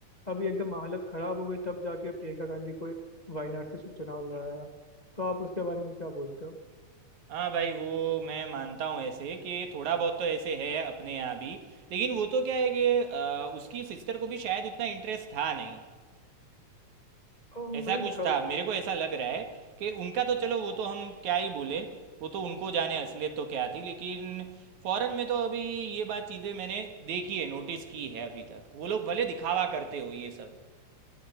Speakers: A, on the left; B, on the right.
A: अभी एकदम हालत खराब हो गई तब जाके प्रियंका गांधी को वायनाड से चुनाव लड़ाया तो आप उसके बारे में क्या बोलते हो
B: हाँ भाई वो मैं मानता हूँ ऐसे कि थोड़ा बहुत तो ऐसे है अपने यहाँ भी लेकिन वो तो क्या है कि अ, उसकी सिस्टर को भी शायद उतना इंटरेस्ट था नहीं
A: अ,
B: ऐसा
A: मतलब
B: कुछ
A: क-
B: था मेरे को ऐसा लग रहा है कि उनका तो चलो वो तो हम क्या ही बोले वो तो उनको जाने असलियत तो क्या थी लेकिन फॉरेन में तो अभी ये बात चीज़ें मैंने देखी है नोटिस की है अभी तक वो लोग भले दिखावा करते हो ये सब